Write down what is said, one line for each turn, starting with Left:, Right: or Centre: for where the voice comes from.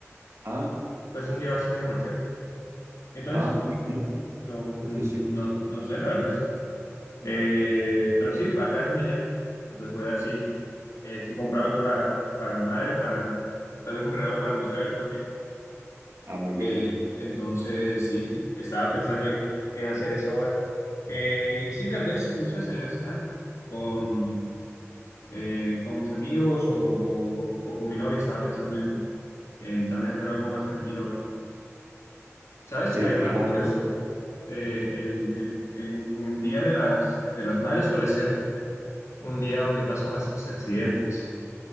Right: Ah,
Left: Pues es un día bastante comercial. Entonces,
Right: ah, bien.
Left: no, <laughs> no,
Right: sí, sí.
Left: no sé, la verdad. Eh, pero sí, acá es mañana. Entonces voy a ver si, eh, si compro algo para, para mi madre, para tal vez un regalo para mi suegra también.
Right: Ah, muy
Left: Eh,
Right: bien.
Left: entonces, sí, <laughs> estaba pensando en, en hacer eso ahora. Eh, y sí, tal vez, no sé, salir a cenar con, eh, con mis amigos o, o- o con mi novia. Estaba pensando en, en tal vez hacer algo más tranquilo hoy. ¿Sabes?
Right: Sí,
Left: Eh,
Right: al
Left: un
Right: final,
Left: dato curioso. eh, el, el- el- el Día de las, de las Madres suele ser un día donde pasan bastantes accidentes.